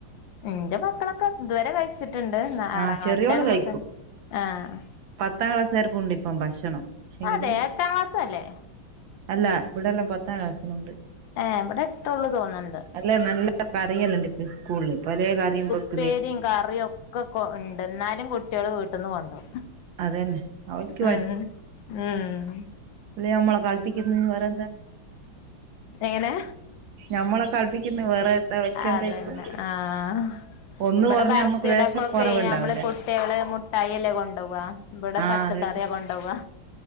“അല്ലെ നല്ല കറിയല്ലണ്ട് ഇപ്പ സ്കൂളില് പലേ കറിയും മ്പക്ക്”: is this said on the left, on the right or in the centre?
Right